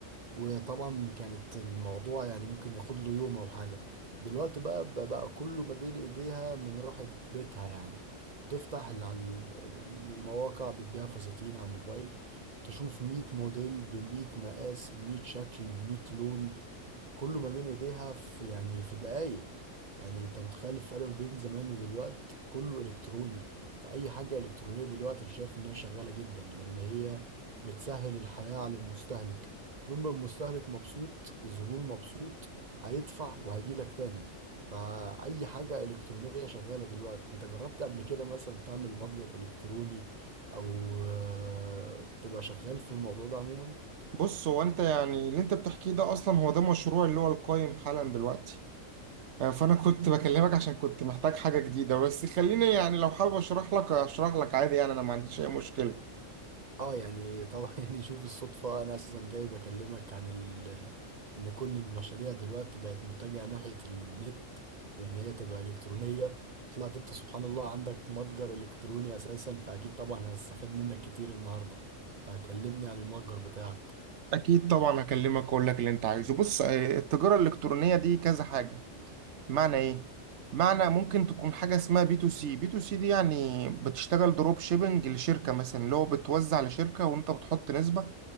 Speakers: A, on the right (about 40°); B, on the right (about 65°).
A: وطبعا كانت الموضوع يعني ممكن ياخد له يوم او حاجه دلوقتي بقى بقى بقى كله ما بين ايديها من راحه بيتها يعني بتفتح ال- على ال- المواقع بتبيع فساتين على الموبايل تشوف 100 موديل ب 100 مقاس ب 100 شكل ب 100 لون كله ما بين ايديها في يعني في دقايق يعني انت متخيل الفرق ما بين زمان ودلوقت كله الكتروني فاي حاجه الكترونيه دلوقتي انا شايف ان هي شغاله جدا لان هي بتسهل الحياه على المستهلك طول ما المستهلك مبسوط الزبون مبسوط هيدفع وهيجيلك تاني فاي حاجه الكترونيه شغاله دلوقتي انت جربت قبل كده مثلا تعمل متجر الكتروني او آه، تبقى شغال في الموضوع ده عموما
B: بص هو انت يعني اللي انت بتحكيه ده اصلا هو ده مشروع اللي هو القايم حالا دلوقتي آه، فانا كنت بكلمك عشان كنت محتاج حاجة جديدة بس خليني يعني لو حابب اشرح لك اشرح لك عادي يعني انا ما عنديش اي مشكلة
A: اه يعني طبعا <laughs> يعني شوف الصدفة انا اساسا جاي بكلمك عن ال... ان كل المشاريع دلوقتي بقت متجهة ناحية النت وان هي تبقى الكترونية وطلعت انت سبحان الله عندك متجر الكتروني اساسا فاكيد طبعا هستفاد منك كتير النهاردة فكلمني عن المتجر بتاعك
B: اكيد طبعا هكلمك اقول لك اللي انت عايزه بص آه، التجارة الالكترونية دي كذا حاجة معنى ايه معنى ممكن تكون حاجه اسمها بي تو سي بي تو سي دي يعني بتشتغل دروب شيبنج لشركه مثلا اللي هو بتوزع لشركه وانت بتحط نسبه